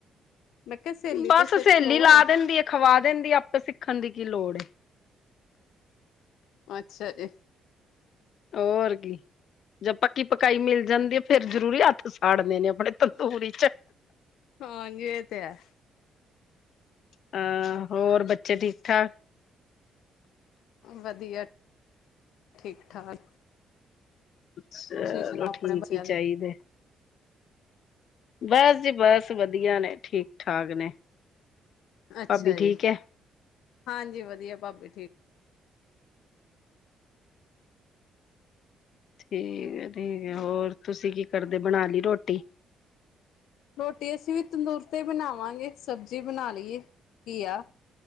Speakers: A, on the left; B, on the left.
A: ਮੈਂ ਕਿਹਾ ਸਹੇਲੀ
B: ਬਸ
A: ਤੋਂ ਸਿੱਖ
B: ਸੇਲੀ
A: ਲਓ
B: ਲਾ ਦਿੰਦੀ ਆ, ਖਵਾ ਦਿੰਦੀ ਆਪੇ ਸਿੱਖਨ ਦੀ ਕੀ ਲੋੜ ਏ।
A: ਅੱਛਾ, ਏ।
B: ਔਰ ਕੀ ਜਦ ਪੱਕੀ ਪਕਾਈ ਮਿਲ ਜਾਂਦੀ ਏ, ਫੇਰ ਜ਼ਰੂਰੀ ਹੱਥ ਸਾੜਨੇ ਨੇ ਆਪਣੇ ਤੰਦੂਰ ਈਚ।
A: ਹਾਂਜੀ ਏ ਤੇ ਹੈ।
B: ਆਂ, ਹੋਰ ਬੱਚੇ ਠੀਕ ਠਾਕ।
A: ਵਧੀਆ---ਠੀਕ ਠਾਕ।
B: ਚਲੋ
A: ਤੁਸੀਂ ਸੁਣਾਓ ਆਪਣੇ
B: ਠੀਕ
A: ਬੱਚਿਆਂ
B: ਈ
A: ਦੀ
B: ਚਾਈਦੇ। ਬਸ ਜੀ ਬਸ ਵਧੀਆ ਨੇ ਠੀਕ-ਠਾਕ ਨੇ।
A: ਅੱਛਾ
B: ਭਾਬੀ ਠੀਕ
A: ਜੀ,
B: ਹੈ।
A: ਹਾਂਜੀ ਵਧੀਆ ਭਾਬੀ ਠੀਕ।
B: ਠੀਕ ਐ -ਠੀਕ ਐ, ਹੋਰ ਤੁਸੀਂ ਕੀ ਕਰਦੇ ਬਨਾ ਲੀ ਰੋਟੀ?
A: ਰੋਟੀ ਅਸੀ ਵੀ ਤੰਦੂਰ ਤੇ ਬਨਾਵਾਂਗੇ। ਸਬਜੀ ਬਨਾ ਲਈ ਏ, ਘੀਆ।